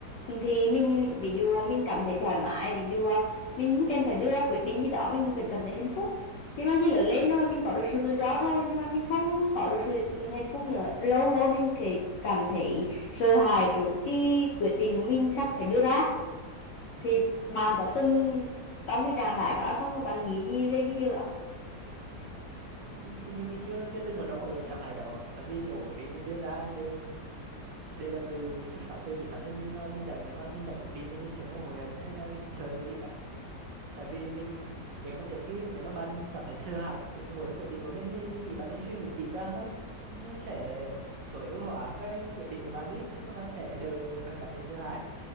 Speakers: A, on the left; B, on the right.
A: thì mình ví dụ mình cảm thấy thoải mái ví dụ ờ, mình không cần phải đưa ra quyết định gì đó mình vẫn cảm thấy hạnh phúc nhưng mà khi lớn lên rồi mình có được sự tự do rồi nhưng mà mình không có được sự hạnh phúc nữa lâu lâu mình kể cảm thấy sợ hãi trước cái quyết định của mình sắp phải đưa ra thì bạn có từng trong cái trạng thái đó hay không và bạn nghĩ gì về cái điều đó
B: ừ, hình như mình chưa chưa từng ở trong ở trạng thái đó tại vì mỗi quyết định mình đưa ra thì đều đều là từ xuất phát từ chính bản thân mình và mình đã nếu mà mình đã quyết định thì mình sẽ không hối hận hay là mình sợ gì cả tại vì mình nếu mà trước khi nếu mà bạn cảm thấy sợ hãi trước mỗi quyết định của mình thì mình nghĩ bạn nên suy nghĩ kỹ càng hơn nó sẽ tối ưu hóa cái quyết định của bạn đi và bạn sẽ đỡ phải cảm thấy sợ hãi